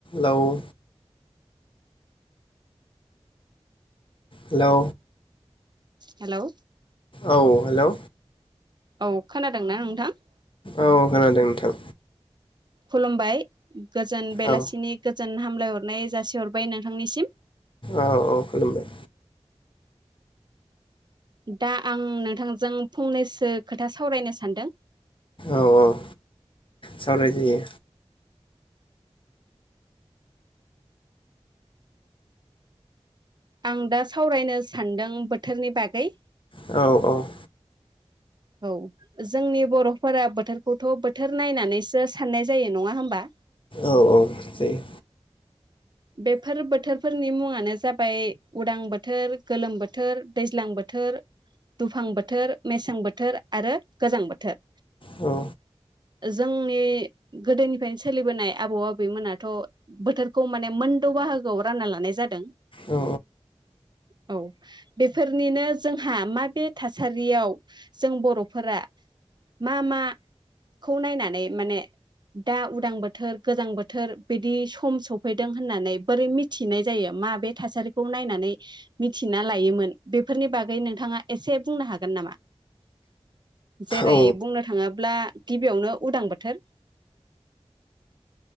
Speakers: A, on the left; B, on the right.
A: लाउ hello
B: hello
A: औ hello
B: औ खोनादोंना नोंथां?
A: औ खोनादों नोंथां।
B: खुलुमबाय गोजोन बेलासिनि
A: औ
B: गोजोन हाम लाय हरनाय जासि हरबाय नोंथांनिसिम।
A: औ औ खुलुमबाय।
B: दा आं नोंथांजों फंनैसो खोथा सावरायनो सानदों।
A: औ औ सावराय जायो।
B: आं दा सावरायनो सानदों बोथोरनि बागै।
A: औ औ
B: औ जोंनि बर'फोरा बोथोरखौथ' बोथोर नायनानैसो साननाय जायो नङा होमबा?
A: औ औ जायो।
B: बेफोर बोथोरफोरनि मुङानो जाबाय उदां बोथोर गोलोम बोथोर दैज्लां बोथोर दुफां बोथोर मेसें बोथोर आरो गोजां बोथोर।
A: औ
B: जोंनि गोदोनिफ्रायनो सोलिबोनाय आबौ आबैमोनाथ' बोथोरखौ माने मोनद' बाहागोआव रानना लानाय जादों
A: औ
B: औ बेफोरनिनो जोंहा माथे थासारियाव जों बर'फोरा मा मा खौ नायनानै माने दा उदां बोथोर गोजां बोथोर बिदि सम सफै दों होननानै बोरै मिथिनाय जायो माबे थासारिखौ नायनानै मिथिना लायोमोन बेफोरनि बागै नोंथाङा एसे बुंनो हागोन नामा? जेरै
A: औ
B: बुंनो थाङोब्ला गिबियावनो उदां बोथोर।